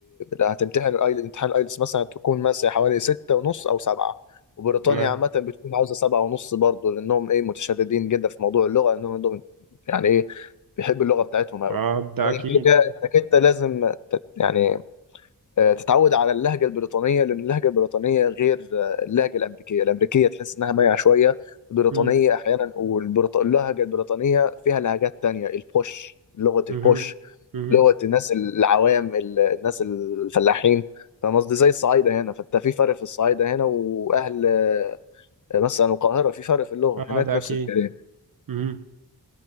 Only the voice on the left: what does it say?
هتمتحن الايلتس امتحان الايلتس مثلا هتكون مثلا حوالي ستة ونص او سبعة وبريطانيا
عامة بتكون عاوزة سبعة ونص برضه لأنهم إيه متشددين جدا في موضوع اللغة لأنهم عندهم يعني إيه بيحبوا اللغة بتاعتهم أوي.
تاني
حاجة إنك أنت لازم ت- يعني آه، تتعود على اللهجة البريطانية لأن اللهجة البريطانية غير آه، اللهجة الأمريكية الأمريكية تحس إنها مايعة شوية البريطانية
أحيانا واللهجة البريطانية فيها لهجات تانية البوش لغة
البوش
لغة الناس العوام ال- الناس الفلاحين فاهم قصدي زي الصعايدة هنا فأنت في فرق في الصعايدة هنا وأهل آه، مثلا القاهرة في فرق في اللغة
هناك
نفس
الكلام